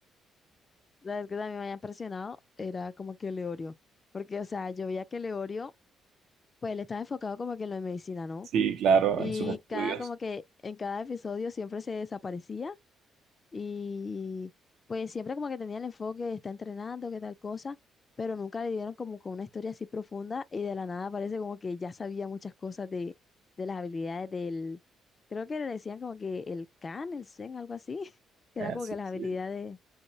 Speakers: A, on the left; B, on the right.
A: Sabes que también me había impresionado. Era como que Leorio. Porque, o sea, yo veía que Leorio, pues él estaba enfocado como que en lo de medicina, ¿no?
B: Sí, claro,
A: Y
B: en sus estudios.
A: cada, como que en cada episodio siempre se desaparecía Y pues siempre como que tenía el enfoque de está entrenando, que tal cosa, pero nunca le dieron como con una historia así profunda y de la nada parece como que ya sabía muchas cosas de, de las habilidades del, creo que le decían como que el can el Zen, algo así, <laughs> que
B: Eh,
A: era como
B: sí,
A: que las
B: sí,
A: habilidades,